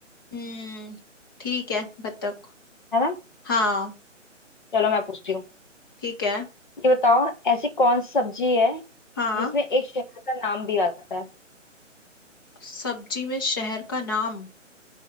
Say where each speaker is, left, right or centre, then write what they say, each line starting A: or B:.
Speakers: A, on the left; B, on the left.
A: हम्म ठीक है बत्तख
B: है ना
A: हाँ
B: चलो मैं पूछती हूँ
A: ठीक है
B: ये बताओ ऐसी कौन सी सब्जी है
A: हाँ
B: जिसमें एक शहर का नाम भी आता है
A: सब्जी में शहर का नाम